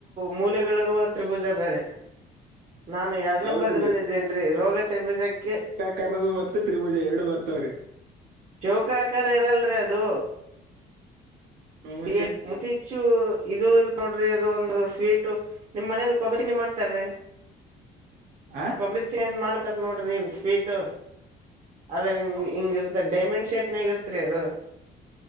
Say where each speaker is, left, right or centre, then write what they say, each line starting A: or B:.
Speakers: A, on the right; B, on the right.
A: ಮೂಲೆಗಳಿರುವ ತ್ರಿಭುಜ ಬೇರೆ. ನಾನು ಎರಡ್ನ
B: ಹೌದ್ರಿ
A: ಬರ್ದ್ ಬಂದಿದ್ದೇನರಿ ರೋಗತ್ರಿಭುಜಕ್ಕೆ.
B: ಕರದು ಮತ್ತು ತ್ರಿಭುಜ ಎರಡು ಬರ್ತವ್ರೀ.
A: ಚೌಕ ಆಕಾರ ಇರಲ್ರಿ ಅದು
B: ಹ್ಮ್ ಮತ್ತೆ
A: ಈ. ಶು ಇ ನೋಡ್ರಿ ಅದ ಒಂದು ಸ್ವೀಟ್ ನಿಮ್ ಮನೇಲಿ ಕಬರಿ ಚಿನಿ ಮಾಡ್ತಾರೀ.
B: ಆ.
A: ಕುಬರಿಚಿನ್ನಿ ಏನ್ ಮಾಡ್ತಾರ್ ನೋಡ್ರಿ ಸ್ವೀಟ್. ಅದ್ರಿ ಹಿಂಗ ಇರ್ತ ಡೈಮಂಡ್ ಶೇಪ್ನಾಗ ಇರ್ತ್ರಿ ಅದು.